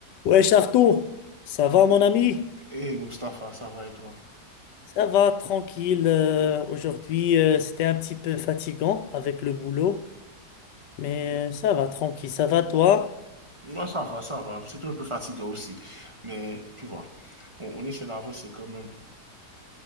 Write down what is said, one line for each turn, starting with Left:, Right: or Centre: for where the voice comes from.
Left: Ouais, Arthur, ça va mon ami?
Right: Hey Mustapha, ça va et toi?
Left: Ça va, tranquille. Euh, aujourd'hui, euh, c'était un petit peu fatigant avec le boulot, mais euh, ça va, tranquille. Ça va, toi?
Right: Moi, ça va, ça va. C'était un peu fatigué aussi. Mais tu vois, on, on essaie d'avancer quand même.